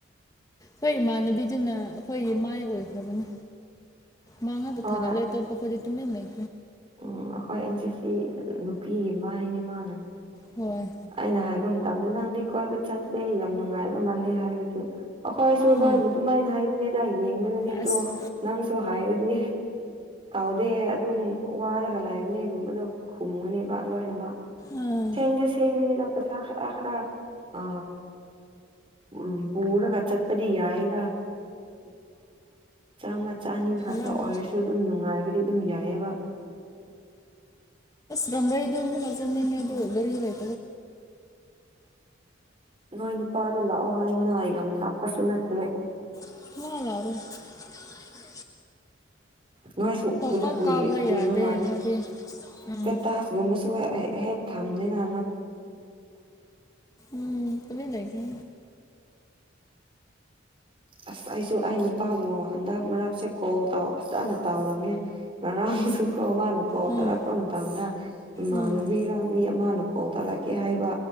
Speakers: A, on the left; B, on the right.
A: ꯍꯣꯏ ꯏꯃꯥꯟꯅꯕꯤꯗꯨꯅ ꯑꯩꯈꯣꯏꯒꯤ ꯃꯥꯏ ꯑꯣꯏꯈ꯭ꯔꯕꯅꯤ ꯃꯥꯡꯉꯗ
B: ꯍꯣꯏ
A: ꯊꯒꯂꯦ ꯇꯣ ꯄꯈꯣꯗꯤ ꯇꯃꯤ ꯂꯩ
B: ꯎꯝ ꯑꯩꯈꯣꯏ ꯑꯪꯁꯤꯁꯤ ꯅꯨꯄꯤꯒꯤ ꯃꯥ ꯍꯥꯏꯅꯦ ꯃꯥꯅ
A: ꯍꯣꯏ
B: ꯑꯩꯅ ꯍꯥꯏꯕ ꯑꯃꯇꯪꯗꯟ ꯇꯪꯗꯤ ꯀꯣꯏꯕ ꯆꯠꯁꯤꯗꯤ ꯌꯥꯝ ꯅꯨꯡꯉꯥꯏꯕ ꯃꯥꯜꯂꯦ ꯍꯥꯏꯕꯒꯤ ꯑꯩꯈꯣꯏꯁꯨ
A: ꯎꯝ
B: ꯅꯣꯏꯕꯨ ꯑꯗꯨꯃꯥꯏꯅ ꯍꯥꯏꯕꯅꯦꯗ ꯌꯦꯡꯕꯗꯅꯦꯠꯇꯣ
A: ꯑꯁ
B: ꯅꯪꯁꯨ ꯍꯥꯏꯔꯗꯤ ꯇꯥꯎꯗꯦ ꯑꯗꯨꯝ ꯋꯥꯔꯒ ꯂꯕꯅꯦꯒꯨꯝꯕꯗꯣ ꯈꯨꯝꯒꯅꯦꯕ ꯂꯣꯏꯅꯃꯛ
A: ꯎꯝ
B: ꯁꯦꯡꯖꯦ ꯁꯦꯡ ꯃꯤꯅꯤ ꯆꯄꯦꯁꯔꯈꯔ ꯑ ꯎꯝ ꯄꯔ ꯐꯆꯠꯄꯗꯤꯌꯥ ꯏꯗ ꯆꯥꯝꯃ ꯆꯅꯤ ꯈꯥꯛꯛꯇ
A: ꯎꯝ
B: ꯑꯣꯏꯔꯁꯨ ꯑꯗꯨꯝ ꯅꯨꯡꯉꯥꯏꯕꯗꯤ ꯑꯗꯨꯝ ꯌꯥꯏꯑꯕ <inaudible>
A: ꯇꯝꯕ ꯏ ꯀ ꯆꯟ ꯔꯤꯔ ꯂꯩ
B: ꯅꯣꯏ ꯅꯨꯄꯥꯗꯣ ꯂꯥꯛꯑꯣ ꯍꯥꯏꯅ ꯌꯥꯝ ꯂꯞꯄꯁꯨ ꯅꯠꯇꯦ
A: ꯍ
B: ꯅꯣꯏꯁꯨ ꯎꯗꯕꯏ
A: ꯄꯥꯛ ꯀꯥꯕ ꯌꯥꯗꯦ
B: ꯀꯨꯏꯕ ꯃꯥꯜꯂꯦ
A: ꯃꯥꯗꯤ ꯎꯝ
B: ꯁꯇꯦꯇꯥꯁꯒꯨꯝꯕꯁꯨ ꯍꯦꯛ ꯊꯝꯖꯅ
A: ꯎꯝ ꯇꯃꯤ ꯂꯩꯈꯤ
B: ꯑꯁ ꯑꯩꯁꯨ ꯑꯩ ꯅꯨꯄꯥꯕꯨꯣ ꯍꯟꯗꯛ ꯃꯔꯛꯁꯦ ꯀꯣꯜ ꯐꯖꯅ ꯇꯥꯎꯗꯕꯅꯦ ꯉꯥꯡꯁꯨ ꯑꯃꯅ ꯀꯣꯜ
A: ꯎꯝ
B: ꯇꯥꯔꯛꯄ ꯃꯇꯝꯥꯡꯗ ꯏꯃꯥꯟꯅꯕꯤꯔꯝꯃꯤ
A: ꯎꯝ
B: ꯑꯃꯅ ꯀꯣꯜ ꯇꯥꯔꯛꯀꯦ ꯍꯥꯏꯕ